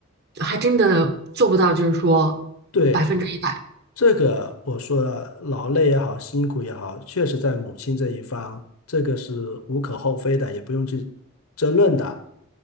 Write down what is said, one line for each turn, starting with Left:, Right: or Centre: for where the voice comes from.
Right: 还真的做不到，就是说
Left: 对，
Right: 百分之一百。
Left: 这个我说了，劳累也好，辛苦也好，确实在母亲这一方，这个是无可厚非的，也不用去争论的，